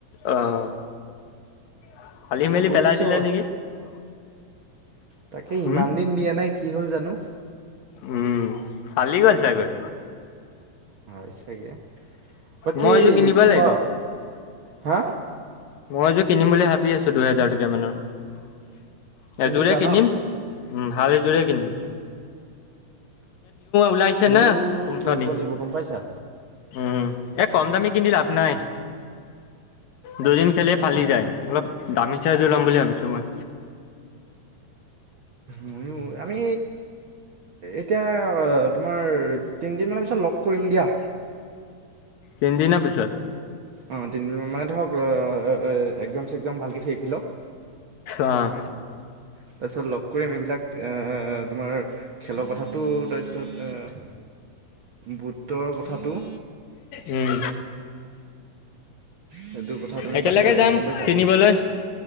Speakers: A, on the left (about 80°); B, on the right (about 60°).
A: অহ। <unintelligible>
B: কৈ থৈছোঁ আৰু আছে। তাকে
A: উম
B: ইমান দিন দিয়া নাই কি হ'ল জানো।
A: উম ফালি গ'ল চাগৈ।
B: হয় চাগে বাকি
A: মই এযোৰ কিনিব
B: খোৱা
A: লাগিব
B: হা।
A: মই এযোৰ কিনিম বুলি ভাবি আছোঁ দুহেজাৰ টকীয়া মানৰ
B: কিনিবা
A: এযোৰে কিনিম।
B: ন
A: উম ভাল এযোৰে কিনিম। <unintelligible>
B: মইও
A: কোম্পানী
B: কিনিব লাগিব গম পাইছা।
A: উম এ কম দামী কিনি লাভ নাই দুদিন। খেলিলে ফালি
B: মোক
A: যায় অলপ দামী চাই এযোৰ ল'ম বুলি ভাবিছোঁ মই।
B: মইও আমি। এতিয়া তোমাৰ তিনিদিনমানৰ পিছত লগ কৰিম দিয়া।
A: তিনি দিনৰ পিছত
B: অ তিনদিনমান মানে ধৰক এঁ এঁ অঁ একজাম চেকজাম ভালকে শেষ হৈ লওক।
A: অঁ
B: তাৰপিছত লগ কৰিম এইবিলাক এঁ তোমাৰ খেলৰ কথাটো তাৰপিছত অঁ গোটৰ কথাটো
A: উম
B: সেইটো কথা তুমি
A: একেলগে
B: পাতিব লাগিব
A: যাম
B: গম পাইছা?
A: কিনিবলৈ